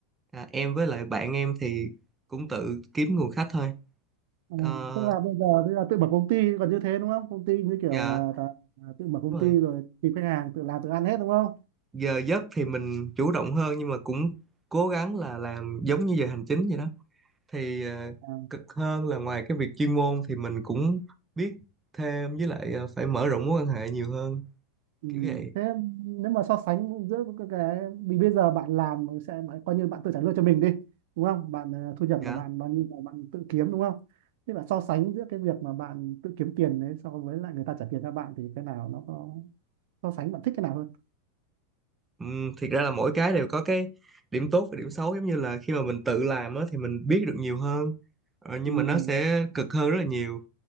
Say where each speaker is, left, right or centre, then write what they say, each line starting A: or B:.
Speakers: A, on the right; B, on the right.
A: à, em với lại bạn em thì cũng tự kiếm nguồn khách thôi.
B: Ừ,
A: Ờ,
B: tức là bây giờ tức là tự mở công ty còn như thế đúng không công ty như kiểu
A: dạ.
B: là, là tự mở công
A: đúng
B: ty
A: rồi.
B: rồi tìm khách hàng tự làm tự ăn hết đúng không
A: giờ giấc thì mình chủ động hơn nhưng mà cũng cố gắng là làm giống như giờ hành chính vậy đó thì ờ,
B: À,
A: cực hơn là ngoài cái việc chuyên môn thì mình cũng biết thêm với lại ờ, phải mở rộng mối quan hệ nhiều hơn
B: Ừ,
A: kiểu vậy
B: thế nếu mà so sánh giữa cái, cái vì bây giờ bạn làm sẽ bạn- coi như bạn tự trả lương cho mình đi đúng không bạn ờ, thu nhập
A: dạ
B: là bạn bao nhiêu là bạn tự kiếm đúng không thế bạn so sánh giữa cái việc mà bạn tự kiếm tiền đấy so với lại người ta trả tiền cho bạn thì cái nào nó có so sánh bạn thích cái nào hơn
A: Ừm, thiệt ra là mỗi cái đều có cái điểm tốt và điểm xấu giống như là khi mà mình tự làm á, thì mình biết được nhiều hơn ờ, nhưng
B: ừ,
A: mà nó sẽ cực hơn rất là nhiều